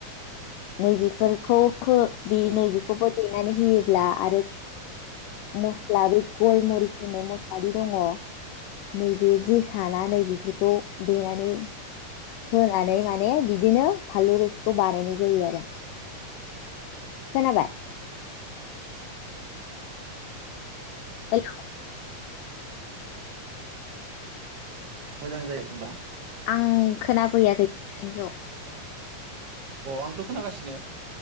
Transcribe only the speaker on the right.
औ
मोजां जायो आरो होमबा
अ आंथ' खोनागासिनो